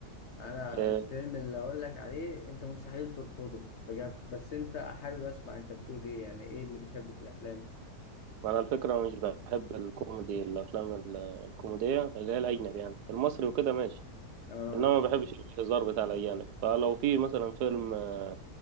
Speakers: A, on the left; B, on the right.
A: انا
B: آه،
A: الفيلم اللي اقول لك عليه انت مستحيل ترفضه بجد بس انت حابب اسمع انت بتقول ايه يعني ايه اللي بتحبه في الافلام
B: انا الفكره مش بحب الكوميدي الافلام ال- الكوميديه اللي هي الاجنبي يعني المصري وكده ماشي
A: اه
B: انما ما بحبش الهزار بتاع الاجانب فلو في مثلا فيلم آه،